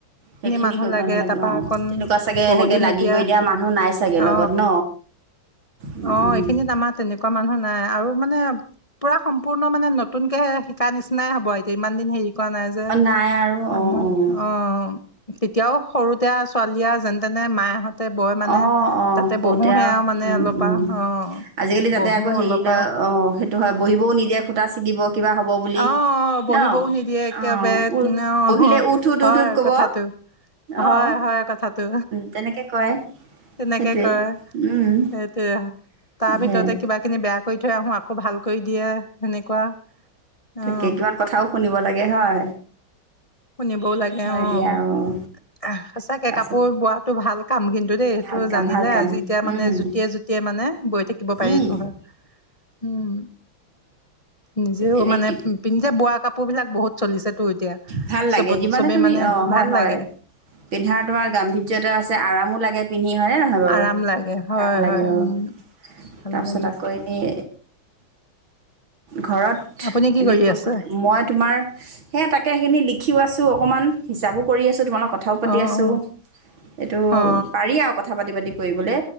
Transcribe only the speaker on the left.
মানুহ
তাৰপা
অকণ
বহু
দিন
এতিয়া
অ
অ'
এইখিনিত আমাৰ তেনেকুৱা মানুহ নাই আৰু মানে পুৰা সম্পূৰ্ণ মানে নতুনকে ক নিচিনাই হ'ব এইটো ইমান দিন হেৰি, কোৱা নাই যে
মান
অ', তেতিয়াও সৰুতে ছোৱালী যেনেতেন মায়হত তাতে বয় মানে
তাতে
বহো সেয়াও
মানে।
অলপ
আৰু অ
বহো
অলপ
আৰু
আহ আহ বহিবওঁ
নিদিয়ে এক
বাৰে
অ',
হয়
কথাটো হয়,
হয় কথাটো।
তেনেকে
কয়
সেইটোৱেই তাৰ
ভিতৰতে কিবাখিনি বেয়া কৰি থৈ আহোঁ। আকৌ ভাল কৰি দিয়ে সেনেকুৱা। অ
শুনিবওঁ লাগে
অ,
সচাকে
কাপোৰ বোৱাতো ভাল কাম। কিন্তু দেই।
টো
জানিলে
আজি এতিয়া মানে
যুতিয়ে যুতিয়ে মানে বৈ থাকিব পাৰিলো
হয় উম। নিজেও
মানে
পিন্ধ যে বোৱা কাপোৰ বিলাক। বহুত চলিছে তো এতিয়া
চবত
চবেই
মানে
ভাল
লাগে
আৰাম লাগে হয়
হয়
উম ভাল
লাগে
আপুনি কি
কৰি
আছে
অ
অ
অ